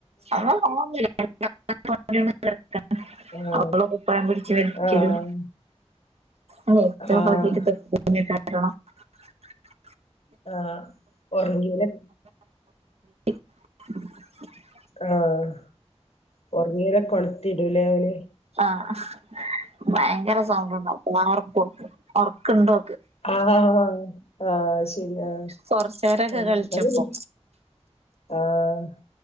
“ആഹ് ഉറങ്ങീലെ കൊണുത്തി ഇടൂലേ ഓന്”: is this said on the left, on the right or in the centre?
Left